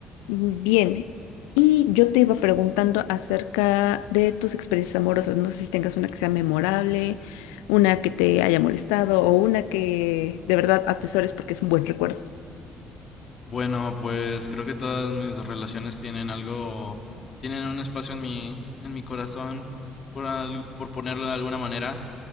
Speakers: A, on the left (about 70°); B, on the left (about 40°).
A: Bien, y yo te iba preguntando acerca de tus experiencias amorosas. No sé si tengas una que sea memorable, una que te haya molestado o una que de verdad atesores porque es un buen recuerdo.
B: Bueno, pues creo que todas mis relaciones tienen algo, tienen un espacio en mi, en mi corazón, p- por, al- por ponerlo de alguna manera,